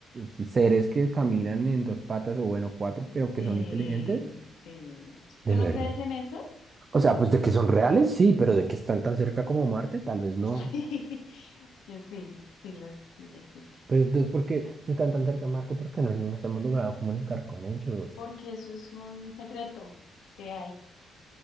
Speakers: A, on the right; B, on the left.
A: sí, seres que caminan en dos patas o bueno, cuatro, pero
B: Sí,
A: que son inteligentes?
B: sí.
A: De
B: ¿Tú
A: verdad.
B: no crees en eso? <laughs>
A: O sea, pues de que son reales, sí, pero de que están tan cerca como Marte, tal vez
B: Sí,
A: no.
B: yo sí, sí, lo, sí existe.
A: Pero entonces, ¿por qué si están tan cerca de Marte? ¿Por qué no nos hemos logrado comunicar con ellos?
B: Porque eso es un secreto que hay.